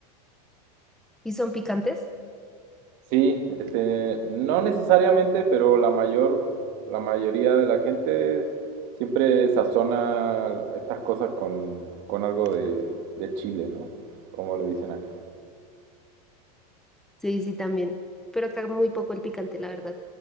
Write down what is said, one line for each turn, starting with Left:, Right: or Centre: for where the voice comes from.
Centre: ¿Y son picantes?
Right: Sí, este, no necesariamente, pero la mayor, la mayoría de la gente siempre sazona estas cosas con, con algo de, de chile, ¿no? Como le dicen acá.
Centre: Sí, sí, también. Pero acá muy poco el picante, la verdad.